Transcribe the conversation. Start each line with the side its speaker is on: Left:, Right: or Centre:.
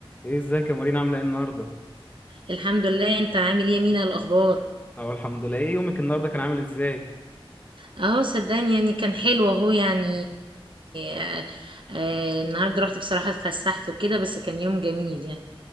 Left: ايه ازيك يا مارينا عامله ايه النهارده
Right: الحمد لله انت عامل ايه يا مينا الاخبار
Left: اهو الحمد لله ايه يومك النهارده كان عامل ازاي
Right: اه صدقني يعني كان حلو اهو يعني آه آه النهارده رحت بصراحه اتفسحت وكده بس كان يوم جميل يعني